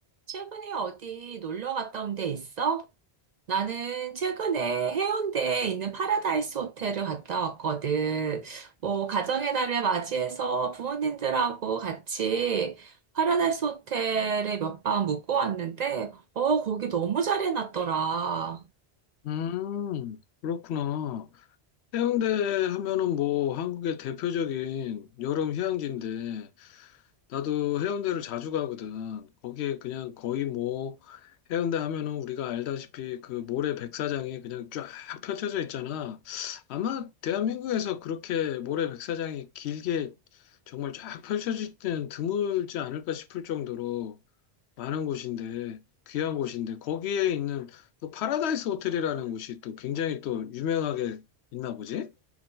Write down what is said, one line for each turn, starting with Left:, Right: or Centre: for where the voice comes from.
Right: 최근에 어디 놀러 갔다 온 데 있어? 나는 최근에 해운대에 있는 파라다이스 호텔을 갔다 왔거든. 뭐, 가정의 달을 맞이해서 부모님들하고 같이 파라다이스 호텔에 몇 밤 묵고 왔는데, 어, 거기 너무 잘 해놨더라.
Left: 음, 그렇구나. 해운대 하면은 뭐 한국의 대표적인 여름 휴양지인데 나도 해운대를 자주 가거든. 거기에 그냥 거의 뭐 해운대 하면은 우리가 알다시피 그 모래 백사장이 그냥 쫙 펼쳐져 있잖아. 아마 대한민국에서 그렇게 모래 백사장이 길게 정말 쫙 펼쳐질 때는 드물지 않을까 싶을 정도로 많은 곳인데, 귀한 곳인데, 거기에 있는 또 파라다이스 호텔이라는 곳이 또 굉장히 또 유명하게 있나 보지?